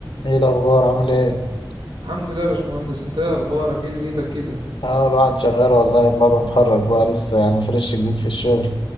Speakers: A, on the left (about 80°); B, on the right (about 75°).
A: ايه الاخبار عامل ايه
B: الحمد لله يا باشمهندس انت ايه اخبارك ايه دنيتك كده
A: اه الواحد شغال والله بعد ما اتخرج بقى لسه يعني فريش جديد في الشغل